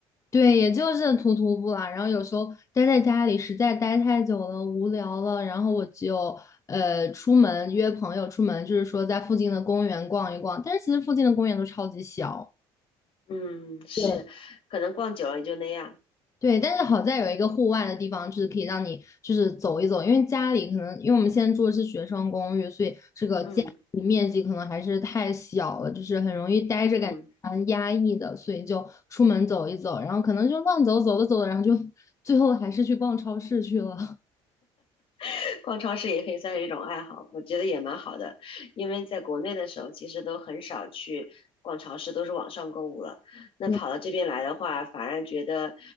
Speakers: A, on the left; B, on the left.
A: 对，也就是徒徒步啦。然后有时候待在家里，实在待太久了，无聊了，然后我就呃出门约朋友出门，就是说在附近的公园逛一逛。但是其实附近的公园都超级小。
B: 嗯，是，
A: 对
B: 可能逛久了也就那样。
A: 对，但是好在有一个户外的地方，就是可以让你就是走一走，因为家里可能因为我们现在住的是学生公寓，所以这个家里面积可能还是太小了，
B: 嗯
A: 就是很容易待着感觉蛮压抑的，
B: 嗯。
A: 所以就出门走一走，然后可能就乱走，走着走着，然后就 <laughs> 最后还是去逛超市去了。<laughs>
B: <laughs> 逛超市也可以算是一种爱好，我觉得也蛮好的。因为在国内的时候，其实都很少去逛超市，都是网上购物了。那跑到这边来的话，
A: 对
B: 反而觉得